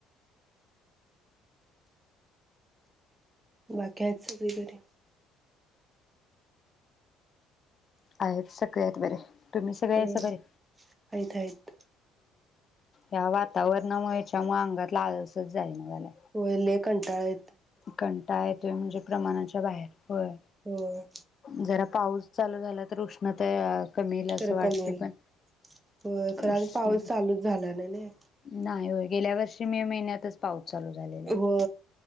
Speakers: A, on the right; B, on the left.
A: बाकी आहेत सगळी बरी?
B: आहेत सगळे आहेत बरे. तुम्ही सगळे
A: हम्म
B: आहेस बरी
A: आहेत आहेत
B: ह वातावरणामुळेच्यामुळे अंगात लालसच जाईना झालाय.
A: होले कंटाळ
B: कंटाळा येतोय म्हणजे प्रमाणाच्या बाहेर होय
A: होय
B: जरा पाऊस चालू झाला तर उष्णता कमी येईल असं
A: तर
B: वाटते
A: कमी होइल
B: पण
A: होय खर
B: उष्ण
A: पाऊस चालूच झाला नाही नी.
B: नाही होय गेल्या वर्षी मे महिन्यातच पाऊस. चालू झालेला.
A: हो.